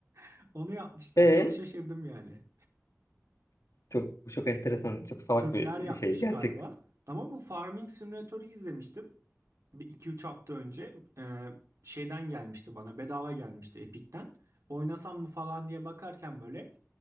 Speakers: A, on the right (about 65°); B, on the left (about 75°).
A: <laughs> Onu yapmışlar.
B: E
A: Çok şaşırdım yani.
B: çok çok enteresan, çok salak
A: Türkler
B: bir
A: yapmış
B: e, şey gerçekten.
A: galiba. Ama bu farming simülatörü izlemiştim. Bir iki üç hafta önce e, şeyden gelmişti bana. Bedava gelmişti Epic'ten. Oynasam mı falan diye bakarken böyle